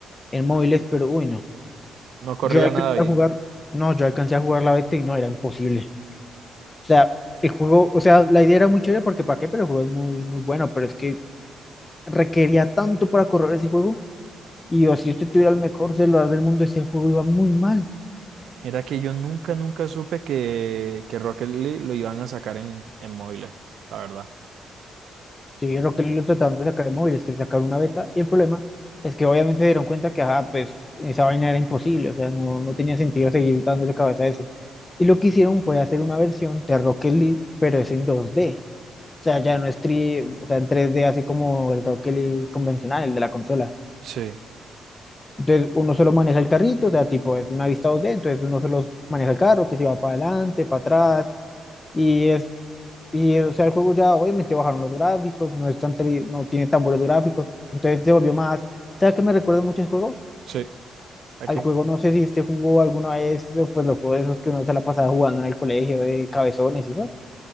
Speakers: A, on the left; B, on the right.
A: en móviles, pero uy, no.
B: No corría
A: Yo alcancé
B: nada bien.
A: a jugar, no, yo alcancé a jugar la beta y no, era imposible. O sea, el juego, o sea, la idea era muy chévere porque para qué, pero el juego es muy, muy bueno, pero es que requería tanto para correr ese juego Y o si usted tuviera el mejor celular del mundo, ese juego iba muy mal.
B: Mira que yo nunca, nunca supe que, que Rocket League lo iban a sacar en, en móviles, la verdad.
A: Sí, Rocket League lo trataron de sacar en móviles, que sacar una beta. Y el problema es que obviamente dieron cuenta que, ajá, pues esa vaina era imposible. O sea, no, no tenía sentido seguir dándole cabeza a eso. Y lo que hicieron fue hacer una versión de Rocket League, pero es en 2D. O sea, ya no es tri- o sea, en 3D, así como el Rocket League convencional, el de la consola.
B: Sí,
A: Entonces, uno solo maneja el carrito, o sea, tipo, es una vista 2D, entonces uno solo maneja el carro, que se va para adelante, para atrás, y es Y, o sea, el juego ya obviamente bajaron los gráficos, no es tan tri- no tiene tan buenos gráficos, entonces se volvió más. ¿Sabes qué me recuerda mucho el juego?
B: sí. ¿A
A: Al
B: qué?
A: juego, no sé si este jugó alguna vez, eh, pues los juegos esos que uno se la pasaba jugando en el colegio de cabezones y eso.